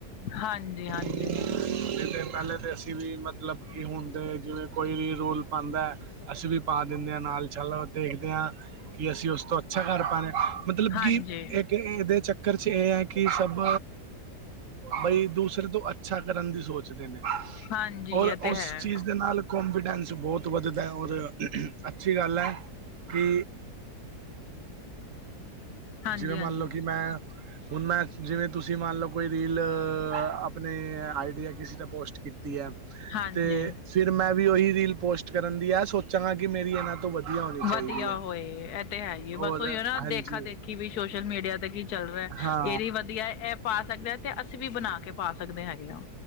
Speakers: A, on the left; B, on the right.
A: ਹਾਂਜੀ ਹਾਂਜੀ
B: ਨਹੀਂ ਤੇ ਪਹਲੇ ਤੇ ਜੀ ਮੱਤਲਬ ਕੀ ਹੁੰਦੇ ਜਿਵੇਂ ਕੋਈ ਵੀ ਰੂਲ ਪਾਉਂਦਾ ਅਸੀਂ ਵੀ ਪਾ ਦਿੰਦੇ ਹਾਂ ਨਾਲ ਚਲੋ ਦੇਖਦੇ ਹਾਂ ਕਿ ਅਸੀਂ ਉਸ ਤੋਂ ਅੱਛਾ ਕਰ ਪਾਂਦੇ ਮੱਤਲਬ
A: ਹਾਂਜੀ
B: ਕਿ ਇਹ ਇਹਦੇ ਚੱ ਚੱਕਰ ਚ ਇਹ ਹੈ ਕਿ ਸੱਭ ਬਈ ਦੂਸਰੇ ਤੋਂ ਅੱਛਾ ਕਰਨ ਦੀ ਸੋਚਦੇ ਨੇ
A: ਹਾਂਜੀ
B: ਔਰ
A: ਇਹ ਤੇ
B: ਉਸ
A: ਹੈ
B: ਚੀਜ਼ ਦੇ ਨਾਲ ਕੋਂਨਫੀਡੈਂਸ ਬਹੁੱਤ ਵੱਧਦਾ ਔਰ ਅੱਛਾ ਅੱਛੀ ਗੱਲ ਹੈ ਕੀ
A: ਹਾਂਜੀ
B: ਜਿਵੇਂ ਮੰਨ
A: ਹਾਂਜੀ
B: ਲਓ ਕਿ ਮੈਂ ਹੁਣ ਮੈਂ ਜਿਵੇਂ ਤੁਸੀਂ ਮੰਨ ਲਓ ਕੋਈ ਰੀਲ ਆਪਣੇ ਆਈਡੀਆ ਕਿਸੇ ' ਪੋਸਟ ਕੀਤੀ ਹੈ
A: ਹਾਂਜੀ
B: ਤੇ ਫਿਰ ਮੈਂ ਵੀ ਉਹੀ ਰੀਲ ਪੋਸਟ ਕਰਨ ਦੀ ਹੈ ਸੋਚਾਂਗਾ ਕਿ ਮੇਰੀ ਇਹਨਾਂ ਤੋਂ ਵਧੀਆ
A: ਵਧੀਆ
B: ਚਾਹੀਦੀ ਹੈ
A: ਹੋਏ ਇਹ ਤੇ ਹੈਈ ਏ
B: ਹੋਰ
A: ਬਸ ਉਹੀਓ ਨਾ
B: ਹਾਂਜੀ
A: ਦੇਖਾ ਦੇਖੀ ਅਸੀਂ ਵੀ ਸੋਸ਼ਲ ਮੀਡੀਆ ਤੇ ਕੀ ਚੱਲ ਰਿਹਾ
B: ਹਾਂ
A: ਇਹ ਵੀ ਵਧੀਆ ਇਹ ਪਾ ਸਕਦਾ ਤੇ ਅਸੀਂ ਵੀ ਬਣਾ ਕੇ ਪਾ ਸਕਦੇ ਹੈਗੇ ਹਾਂ